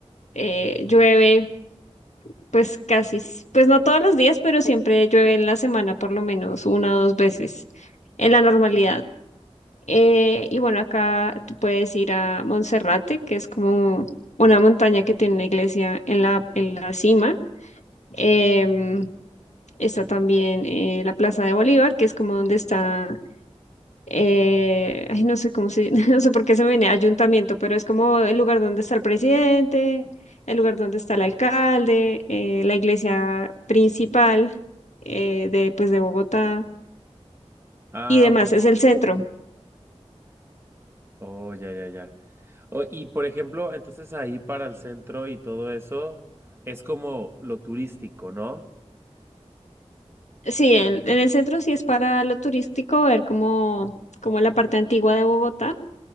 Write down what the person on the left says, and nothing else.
eh, llueve pues casi, s- pues no todos los días, pero siempre llueve en la semana por lo menos una o dos veces en la normalidad. Eh, y bueno, acá tú puedes ir a Monserrate, que es como una montaña que tiene una iglesia en la, en la cima. Em, está también eh, la Plaza de Bolívar, que es como donde está, eh, ay, no sé cómo se, <laughs> no sé por qué se me viene ayuntamiento, pero es como el lugar donde está el presidente, el lugar donde está el alcalde, eh, la iglesia principal eh, de, pues, de Bogotá
y demás. Es el centro.
Sí, en, en el centro sí es para lo turístico, ver como, como la parte antigua de Bogotá,